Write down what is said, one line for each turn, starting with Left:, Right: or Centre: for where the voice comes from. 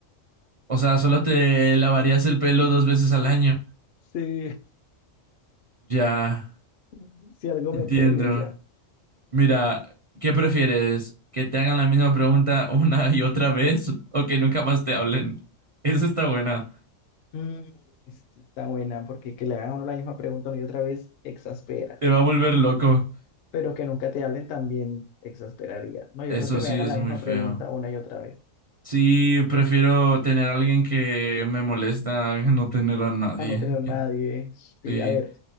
Right: O sea, solo te lavarías el pelo dos veces al año.
Left: Sí,
Right: Ya,
Left: <laughs> si algo
Right: entiendo.
Left: me pelo y ya.
Right: Mira, ¿qué prefieres? ¿Que te hagan la misma pregunta <laughs> una y otra vez o que nunca más te hablen? Eso está buena.
Left: Mm, es- está buena, porque que le hagan a uno la misma pregunta una y otra vez exaspera,
Right: Te va a volver loco.
Left: pero que nunca te hablen también exasperaría. No, yo
Right: Eso
Left: creo que me
Right: sí
Left: hagan
Right: es
Left: la misma
Right: muy feo.
Left: pregunta una y otra vez,
Right: Sí, prefiero tener a alguien que me molesta <laughs> a no tener a nadie.
Left: para no tener nadie.
Right: Que-
Left: Sí,
Right: Sí.
Left: a ver,